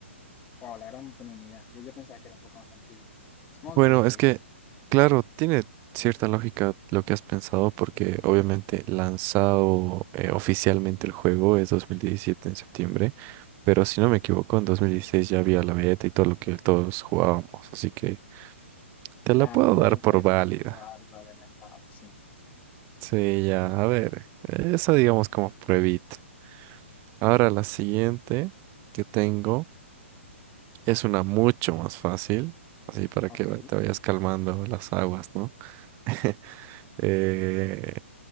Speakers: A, on the left; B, on the right.
A: Wow, la verdad no tenía ni idea. Yo, yo pensaba que era un poco más antiguo. Supongo
B: Bueno,
A: que,
B: es que, claro, tiene cierta lógica lo que has pensado, porque obviamente lanzado eh, oficialmente el juego es 2017 en septiembre, pero si no me equivoco, en 2016 ya había la beta y todo lo que todos jugábamos, así que te
A: claro,
B: la puedo
A: puede,
B: dar por
A: puede
B: válida.
A: que haya sido algo adelantado, sí.
B: Sí, ya, a ver, esa digamos como pruebita. Ahora la siguiente que tengo es una mucho más fácil, así para
A: Ok.
B: que te vayas calmando las aguas, ¿no? <laughs> Eh,